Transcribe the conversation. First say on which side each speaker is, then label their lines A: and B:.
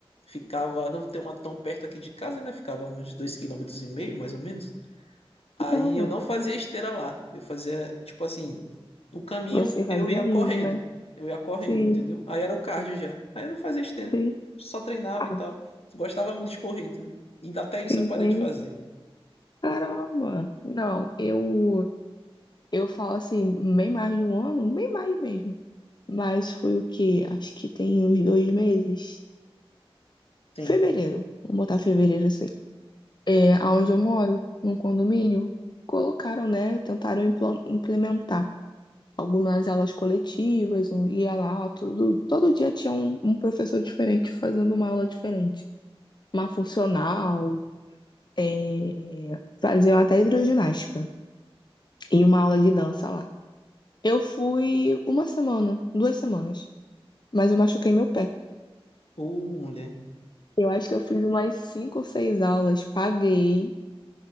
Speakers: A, on the left; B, on the left.
A: ficava, não tem uma tão perto aqui de casa, né? Ficava uns dois quilômetros e meio, mais ou menos. Aí
B: Não, mano.
A: eu não fazia esteira lá. Eu fazia, tipo assim, no caminho
B: Você fazia
A: eu ia
B: ainda,
A: correndo.
B: né?
A: Eu ia correndo,
B: Sim,
A: entendeu? Aí era o cardio já. Aí eu não fazia esteira.
B: sim.
A: Só treinava
B: Ah,
A: e tal. Gostava muito de correr, entendeu? E até isso
B: entendi.
A: eu parei de fazer.
B: Caramba! Não, eu eu falo assim, bem mais de um ano, bem mais mesmo. Mas foi o quê? Acho que tem uns dois meses.
A: Sim.
B: Fevereiro. Vamos botar fevereiro assim. É, aonde eu moro, num condomínio, colocaram, né? Tentaram implo- implementar algumas aulas coletivas, um ia lá, tudo, todo dia tinha um, um professor diferente fazendo uma aula diferente. Uma funcional, é, faziam até hidroginástica e uma aula de dança lá. Eu fui uma semana, duas semanas, mas eu machuquei meu pé.
A: Ô, mulher.
B: Eu acho que eu fiz umas cinco ou seis aulas, paguei,